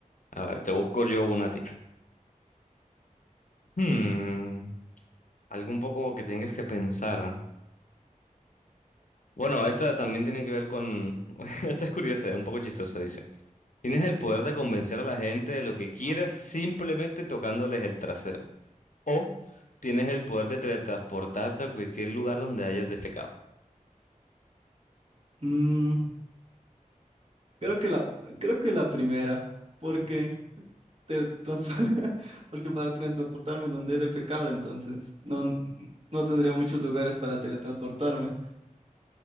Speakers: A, on the left; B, on the right.
A: A ver, te busco yo una a ti. Hmm, algo un poco que tengas que pensar. Bueno, esta también tiene que ver con... <laughs> Esta es curiosa, un poco chistosa, dice. Tienes el poder de convencer a la gente de lo que quieras simplemente tocándoles el trasero. O tienes el poder de teletransportarte a cualquier lugar donde hayas defecado.
B: Mm, creo que la, creo que la primera, porque, te <laughs> porque para teletransportarme donde he defecado, entonces no, no tendría muchos lugares para teletransportarme.